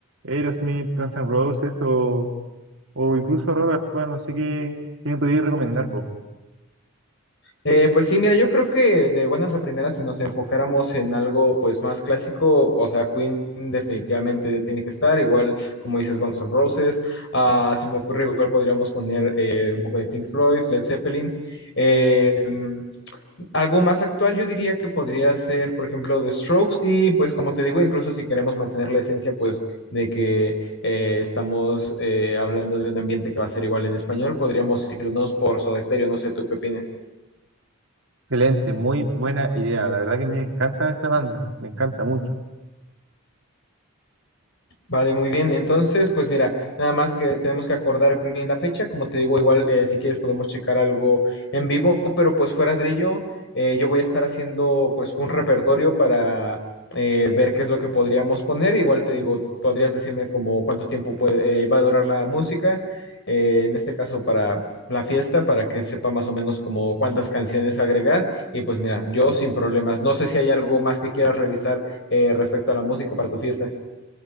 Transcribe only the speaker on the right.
Aerosmith, Guns N' Roses o, o incluso rock actual, no sé qué, qué me podrías recomendar, po.
Excelente, muy buena idea. La verdad que me encanta esa banda, me encanta mucho.